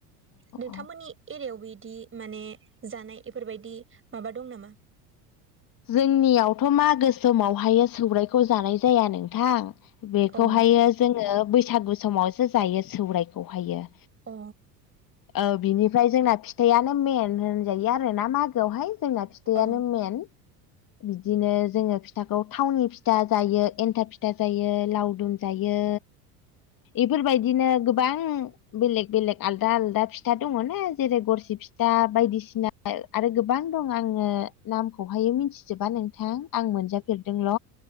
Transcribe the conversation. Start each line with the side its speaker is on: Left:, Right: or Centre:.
Right: नोंथांमोननि
Left: औ
Right: एरियावबो इदि माने जानाय इफोरबायदि माबा दं नामा।
Left: जोंनियावथ मागो समावहाय सौरायखौ जानाय जाया नोंथां। बेखौहायो
Right: अ
Left: जोंङो बैसागु समावसो जायो सौरायाइखौहायो
Right: अ
Left: औ बिनिफ्राय जोंना फिथायानो मेन होनजायो आरो ना मागोआवहाय जोंना फिथायानो
Right: औ
Left: मेन बिदिनो जोंङो फिथाखौ थावनि फिथा जायो एन्थाब फिथा जायो लावदुम जायो इफोरबायदिनो गोबां बेलेग बेलेग आलदा आलदा फिथा दङ ना जेरै गरसि फिथा बायदिसिना आरो गोबां दं आङो नामखौ बेहाय मिथिजोबा नोंथां आं मोनजाफेरदोंल